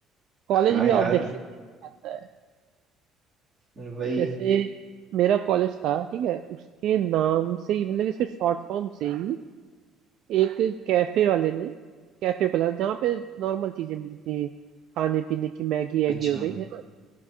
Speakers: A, on the right; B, on the right.
A: कॉलेज
B: हाँ
A: भी
B: यार
A: ऑब्जेक्शन आता है
B: वही
A: जैसे मेरा कॉलेज था ठीक है उसके नाम से ही मतलब इसके शॉर्ट फॉर्म से ही एक कैफे वाले ने कैफे खोला जहाँ पे नॉर्मल चीजें मिलती थी खाने पीने की मैगी
B: अच्छा
A: एगी हो गई है ना